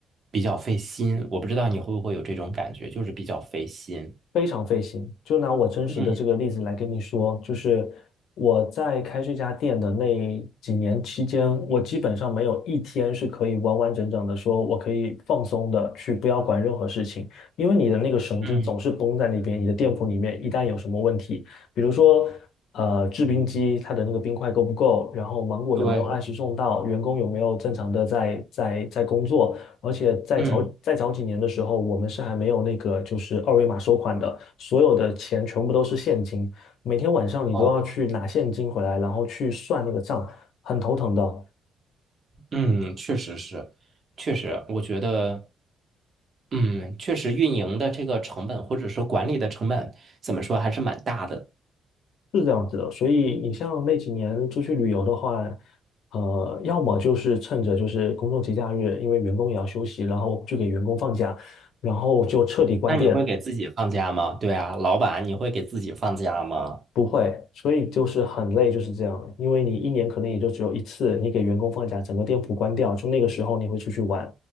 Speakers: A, on the right (about 40°); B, on the left (about 75°).
A: 比较费心。我不知道你会不会有这种感觉，就是比较费心。
B: 非常费心。就拿我真实的这个例子来跟你说，
A: 嗯，
B: 就是我在开这家店的那几年期间，我基本上没有一天是可以完完整整的说我可以放松的去不要管任何事情，因为你的那个神经总是绷在那边。
A: 嗯
B: 你的店铺里面一旦有什么问题，比如说。呃，制冰机它的那个冰块够不够？然后芒果有没有按时送到？
A: 对，
B: 员工有没有正常的在在在工作？而且在早在早几年的时候，
A: 嗯
B: 我们是还没有那个就是二维码收款的，所有的钱全部都是现金，每天晚上你都要去拿现金回来，
A: 哦，
B: 然后去算那个账，很头疼的，
A: 嗯，确实是，确实，我觉得。嗯，确实运营的这个成本或者是管理的成本，怎么说还是蛮大的。
B: 是这样子的。所以你像那几年出去旅游的话，呃，要么就是趁着就是公众节假日，因为员工也要休息，然后就给员工放假，然后就彻底关店，
A: 那你会给自己放假吗？对啊，老板，你会给自己放假吗？
B: 不会，所以就是很累，就是这样。因为你一年可能也就只有一次，你给员工放假，整个店铺关掉，就那个时候你会出去玩，